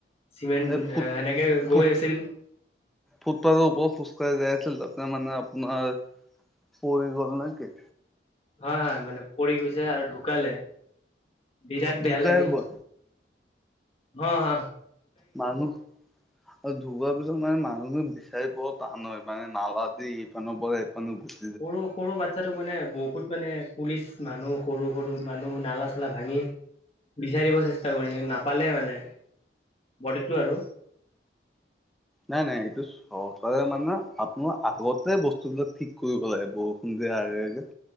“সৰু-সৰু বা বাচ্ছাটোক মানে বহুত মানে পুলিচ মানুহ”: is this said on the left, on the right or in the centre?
Left